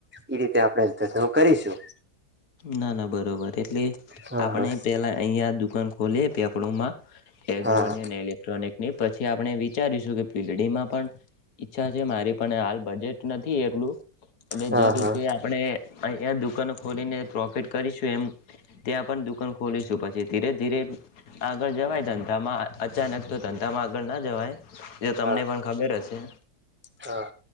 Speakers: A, on the right; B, on the left.
A: એ રીતે આપણે ધંધો કરીશું.
B: ના ના બરો બરોબર. એટલે
A: હા
B: આપણે પેલા અહીિયાયા દુકાન ખોલીએ પ આપ પૂડમાં
A: હા
B: એ ઇલેક્ટ્રોનિક પછી આપણે વિચારીશું કે પીડીમાં પણ ઈચ્છા છે મારી પણ બજેટ નથી એટલું એટલે
A: હા
B: જે રીતે આપણે અહીંયા દુકાનો ખોલીને પ્રોફિટ કરીશું એમ ત્યાં પણ દુકાન ખોલીશું. પછી ધીરે-ધીરે આગળ જવાય ધંધામાં અચાનક તો ધંધામાં આગળ ના જવાય એ તમને
A: હા
B: પણ ખબર હશે.
A: હા